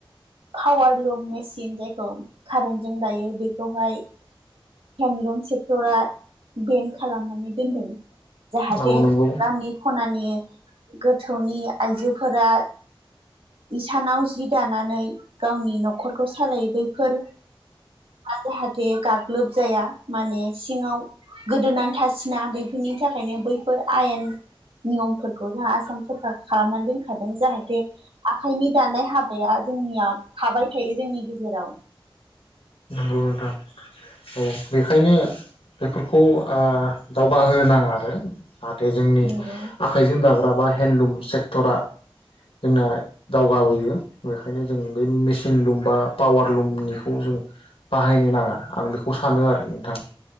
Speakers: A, on the right; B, on the left.
A: पावारलुम मेसिन जायखौ कारेन्टजों दायो बेखौहाय हेन्दलुम सेक्टरा बेन खालामनानै दोनदों जाहाथे
B: औ नंगौ
A: गामि खनानि गोथौनि आइजोफोरा इसानाव जि दानानै गावनि नखरखौ सालायो बेफोर <unintelligible> जाहाथे गाग्लोब जाया माने सिङाव गोदोनानै थासिना बेफोरनि थाखायनो बैफोर आयेन नियमफोरखौ जोंहा आसाम सरकार खालामनानै दोनखादों जाहाथे आखाइनि दानाय हाबाया जोंनिया थाबाय थायो जोंनि गेजेराव
B: नंगौ नोंथां औ बेखायनो बेफोरखौ ओ दावगाहोनो नाङा आरो जाहाथे जोंनि
A: नंगौ
B: आखाइजों दाग्रा बा हेनलुम सेक्ट'रा जोंना दावगाबोयो बेखायनो जों बे मेसिन लुम बा पावार लुमनिखौ जों बाहायनो नाङा आं बेखौ बेखौ सानो आरो नोंथां